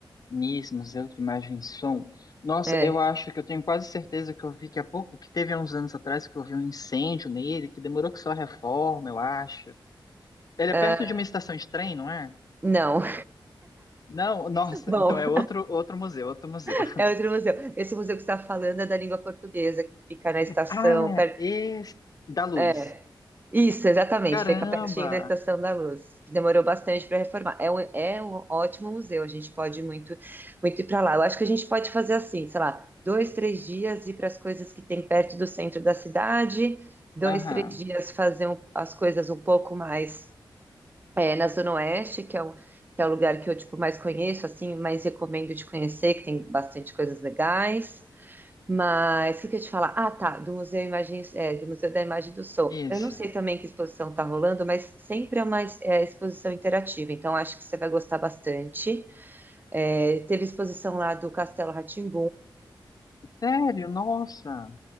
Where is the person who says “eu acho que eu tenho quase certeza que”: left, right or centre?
Left